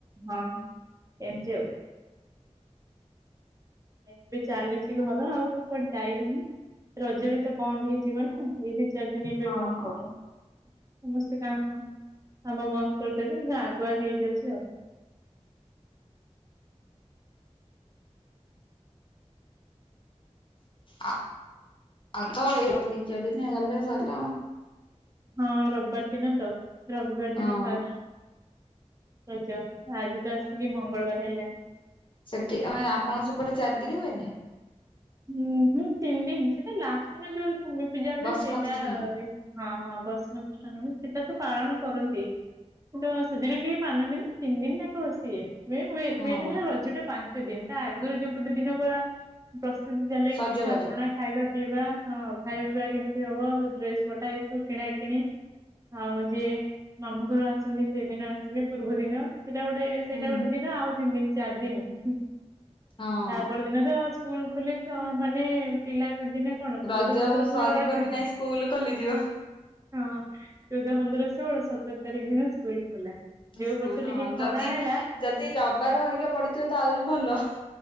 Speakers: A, on the right; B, on the left.
A: ଆଉ ହଁ ଏମିତି ଆଉ। ଏବେ ଚାଲିଛି ଘର ଆଉ ତ କୁଆଡେ ଯାଇ ହଉନି ରଜରେ ତ ବନ୍ଦ ହେଇଯିବ ନା। ହ ଏଇ ଦିଇ ଚାରି ଦିନ ଏବେ
B: ହଁ
A: ବନ୍ଦ
B: ହଁ
A: ହବ। ସମସ୍ତେ କା କାମ ବନ୍ଦ କରିଦେବେ ଯ ଆଗୁଆ ହେଇଯାଉଛି ଆଉ।
B: ଆ ଅ ଦି ଚାରଦିନ ଗଲେ ସଇଲା।
A: ହଁ ରବିବାର ଦିନ ତ ରବିବାର
B: ହଁ।
A: ଦିନ ଫାଷ୍ଟ। ରଜ, ଆଜି ତ ଆସିକି ମଙ୍ଗଳବାର ହେଲାଣି।
B: ସେଠିେ ଆପଣ ସେପଟେ ଚାରିଦିନ ହୁଏନି?
A: ହଁ ହଁ ତିନି ଦିନ ସେଇଟା ଲାଷ୍ଟ ଦିନ ଯୋଉ ଭୂମି ପୂଜା ହ
B: ବସୁମତୀ
A: ସେଇଟା
B: ସ୍ନାନ
A: ହୁଏ। ହଁ ହଁ ବସ ମ ସେଟା ତ ପାଳଣ କରନ୍ତି। କିନ୍ତୁ ସେଦିନ କେହି ମାନନ୍ତି ନା ତିନି ଦିନ ତାକ ବସିବେ।
B: ହଁ।
A: ମେନ୍ ହେଲା ରଜ ଟା ପାଞ୍ଚ ଦିନ ତା ଆଗରୁ ଯୋଉ ଗୋଟେ ଦିନ ପୁରା ଦେଲେ
B: ସଜବାଜ
A: ପିଠା ପଣା ଖାଇବା ପିଇବା ହଁ ଖାଇବା ପିଇବା କେମିତି ହବ ଡ୍ରେସ ପଟା ଏସବୁ କିଣା କିଣି। ଆଉ ଯିଏ ମାମୁଁ ଘର ଆସନ୍ତି ସେଇଦିନ ଆସିବେ ପୂର୍ବ ଦିନ ସେଇଟା ଗୋଟେ ସେଇଟା
B: ହୁଁ
A: ଗୋଟେ ଦିନ ଆଉ ତିନି ଦିନ ଚାରି ଦିନ।
B: ହଁ
A: ତାପ ଦିନ ତ ସ୍କୁଲ ଖୋଲେ ତ ମାନେ ପିଲା ଦିନେ କଣ
B: ରଜ
A: ଚଉଦ ପନ୍ଦର ଷୋହଳ
B: ସରିବ
A: ରଜ
B: କି ନାଇଁ ସ୍କୁଲ ଖୋଲିଯିବ।
A: ହଁ ଚଉଦ, ପନ୍ଦର, ଷୋହଳ, ସତର ତାରିଖ ଦିନ ସ୍କୁଲ ଖୋଲା। ଯୋଉ
B: ସ୍କୁଲ
A: ବର୍ଷ ଟିକେ
B: ହଁ
A: ଖରା
B: ଯଦି
A: ହେଲା
B: ଯଦି ରବିବାର ହରିକା ପଡିଥିବ ତ ଆହୁରି ଭଲ।